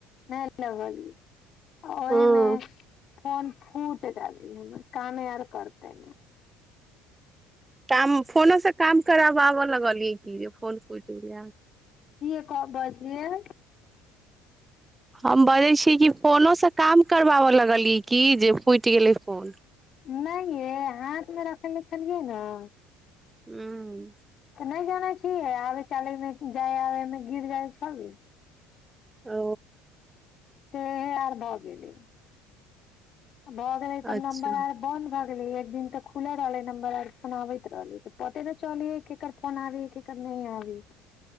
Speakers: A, on the left; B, on the right.
A: नहि लगलिय। ओहिमे
B: हूँ
A: फोन फूट गेली हमर कामे आर करते में।
B: काम फोनो से काम कराबाबऽ लगलियै की जे फोन फूट गेल।
A: कीये कह बजलियै।
B: हम बजै छीय कि फोनोसँ काम करबाब लगलियै कि जे फुटि गेलै फोन।
A: नहि ये हाथमे रखने छलियै नऽ।
B: हूं।
A: तऽ नहि जानै छियै आबे चाले मे जाय आबे मे गिर जाइ छले।
B: ओ।
A: तेहे आर भऽ गेलै। भो गेलै तऽ
B: अच्छा
A: नंबर आर। बंद भए गेले एक दिन तऽ खुल रहलै नंबर आर फोन आबैत रहलै तऽ पते त चलियै। केकर फोन आबे हे केकर नहि आबे हे।